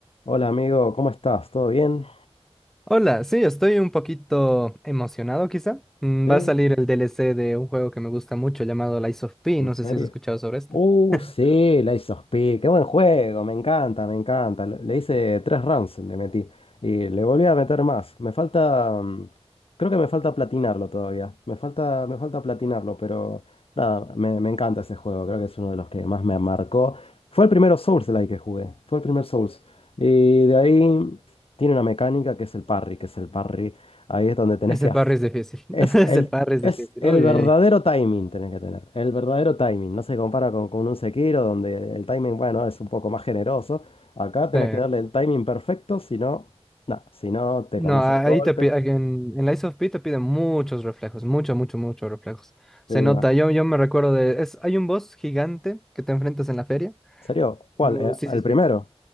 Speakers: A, on the left (about 60°); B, in the centre.
A: Hola amigo, ¿cómo estás? ¿Todo bien?
B: Hola, sí, estoy un poquito emocionado quizá. Mm,
A: ¿Sí?
B: Va a salir el DLC de un juego que me gusta mucho llamado Lies of P.
A: ¿En
B: No
A: serio?
B: sé si has escuchado sobre este.
A: Uh,
B: <laughs>
A: sí, la of P. Qué buen juego, me encanta, me encanta. Lo- Le hice tres runs, le metí. Y le volví a meter más. Me falta. mm, Creo que me falta platinarlo todavía. Me falta, me falta platinarlo, pero nada, me, me encanta ese juego. Creo que es uno de los que más me marcó. Fue el primero Souls-like que jugué. Fue el primer Souls. Y de ahí tiene una mecánica que es el parry, que es el parry. Ahí es donde tenés
B: Ese
A: que
B: parry
A: af-
B: es difícil.
A: Es
B: <laughs> Ese
A: el,
B: parry es
A: es
B: difícil.
A: el
B: Uy,
A: verdadero
B: uy, uy.
A: timing tenés que tener. El verdadero timing. No se compara con, con un Sekiro donde el timing, bueno, es un poco más generoso. Acá tenés
B: Sí.
A: que darle el timing perfecto, si no, nah, si no te
B: No,
A: comes
B: ahí
A: el golpe.
B: te pi- aquí en, en Lies of P te piden muchos reflejos, mucho, mucho, muchos reflejos.
A: Sí,
B: Se nota,
A: ma- ¿En
B: yo, yo me recuerdo de, es, hay un boss gigante que te enfrentas en la feria.
A: serio? ¿Cuál?
B: Oh,
A: Eh,
B: sí, sí,
A: ¿el
B: sí.
A: primero?